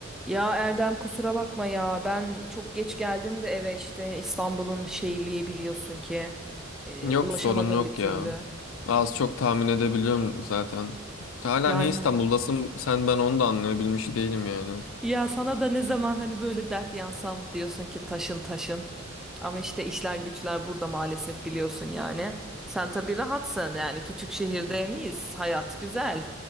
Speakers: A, in the centre; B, on the left.
A: Ya Erdem kusura bakma ya ben çok geç geldim de eve işte İstanbul'un şeyliği biliyorsun ki e,
B: Yok
A: ulaşamadım
B: sorun yok
A: bir türlü.
B: ya. Az çok tahmin edebiliyorum zaten. Hala
A: Yani
B: niye İstanbul'dasın sen ben onu da anlayabilmiş değilim yani.
A: ya sana da ne zaman hani böyle dert yansam diyorsun ki taşın taşın ama işte işler güçler burada maalesef biliyorsun yani. Sen tabii rahatsın yani küçük şehirde miyiz hayat güzel.